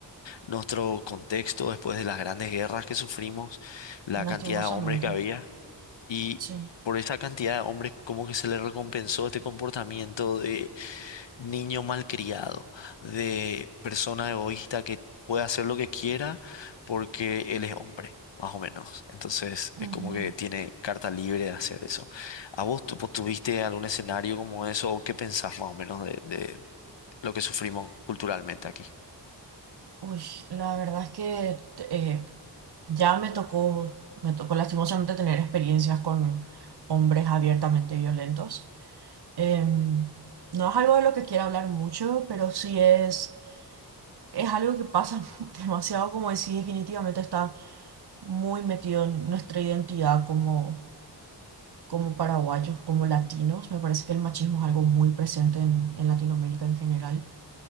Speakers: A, on the left (about 85°); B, on the right (about 65°).
A: nuestro contexto después de las grandes guerras que sufrimos, la cantidad
B: Lastimosamente,
A: de hombres que había y
B: sí.
A: por esa cantidad de hombres como que se le recompensó este comportamiento de niño malcriado, de persona egoísta que puede hacer lo que quiera porque él es hombre. Más o menos. Entonces
B: Ujú.
A: es como que tiene carta libre de hacer eso. ¿A vos tu- vos tuviste algún escenario como eso o qué pensás más o menos de, de lo que sufrimos culturalmente aquí?
B: Uy, la verdad es que eh, ya me tocó, me tocó lastimosamente tener experiencias con hombres abiertamente violentos. Em, no es algo de lo que quiera hablar mucho, pero sí es, es algo que pasa <laughs> demasiado, como decís, definitivamente está muy metido en nuestra identidad como, como paraguayos, como latinos. Me parece que el machismo es algo muy presente en, en Latinoamérica en general.